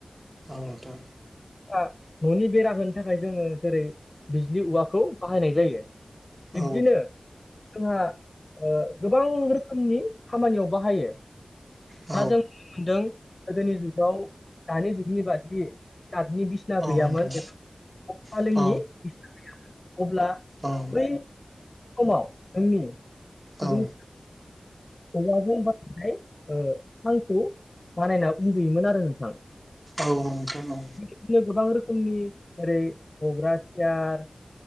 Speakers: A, on the right; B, on the left.
A: आं नोंथां
B: आं न'नि बेरा होनो थाखाय जोङो जेरै बिज्लि औवाखौ बाहायनाय जायो बिब्दिनो
A: औ
B: जोंहा गोबां रोखोमनि खामानियाव बाहायो
A: औ
B: दा जों नुनो मोनदों गोदोनि जुगाव दानि जुगनि बादि गटनि बि स्ना
A: औ
B: गैयामोन
A: नोंथां
B: एबा फालेंनि
A: औ औ नोंथां औ
B: बिसिना गैयामोन अब्ला
A: नोंथां औ
B: बै समाव जोंनि सुबुं
A: औ
B: औवाजों बानायनाय ओ सांखौ बानायना उन्दुयोमोन आरो नोंथां
A: औ ओंथ' नौ।
B: खिदिनो गोबां रोखोमनि जेरै हग्रा सियार